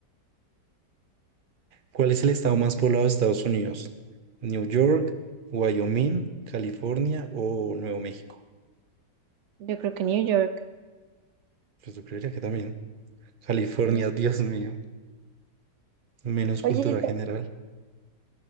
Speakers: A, on the right (about 40°); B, on the right (about 80°).
A: ¿Cuál es el estado más poblado de Estados Unidos? ¿New York, Wyoming, California o Nuevo México?
B: Yo creo que New York.
A: Pues yo creería que también. California,
B: No.
A: <laughs> Dios mío. Menos cultura
B: Oye, está-
A: general.